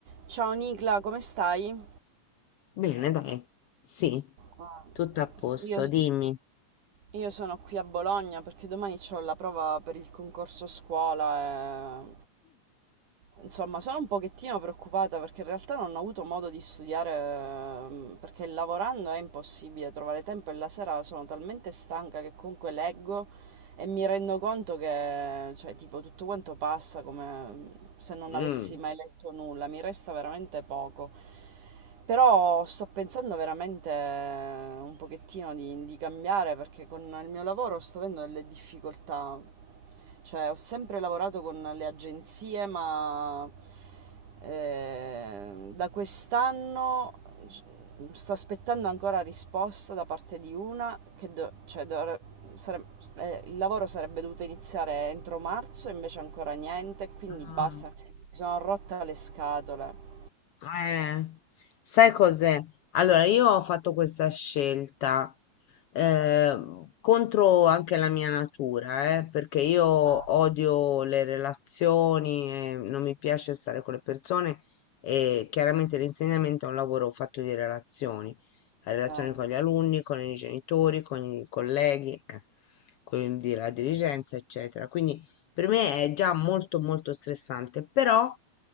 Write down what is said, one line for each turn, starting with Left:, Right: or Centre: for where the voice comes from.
Right: Ciao Nicla, come stai?
Left: Bene, dai. Sì,
Right: Ah,
Left: tutto a posto,
Right: s- Io,
Left: dimmi.
Right: io sono qui a Bologna perché domani ho la prova per il concorso scuola e... Insomma, sono un pochettino preoccupata perché in realtà non ho avuto modo di studiare ehm, perché lavorando è impossibile trovare tempo e la sera sono talmente stanca che comunque leggo e mi rendo conto che, cioè, tipo, tutto quanto passa come mm, se non
Left: Mm.
Right: avessi mai letto nulla, mi resta veramente poco. Però sto pensando veramente un pochettino di, di cambiare perché con il mio lavoro sto avendo delle difficoltà. Cioè, ho sempre lavorato con le agenzie, ma eh, da quest'anno s- sto aspettando ancora risposta da parte di una che do- cioè dovre- sare- eh, il lavoro sarebbe dovuto iniziare entro marzo, invece ancora niente, quindi
Left: Mm.
Right: basta. Mi sono rotta le scatole.
Left: Eh, sai cos'è? Allora, io ho fatto questa scelta eh, contro anche la mia natura, eh, perché io odio
Right: Ah,
Left: le relazioni, e non mi piace stare con le persone e chiaramente l'insegnamento è un lavoro fatto di relazioni, la relazione
Right: ah,
Left: con gli alunni, con i genitori, con i colleghi, eh, quindi la dirigenza, eccetera. Quindi per me è già molto molto stressante, però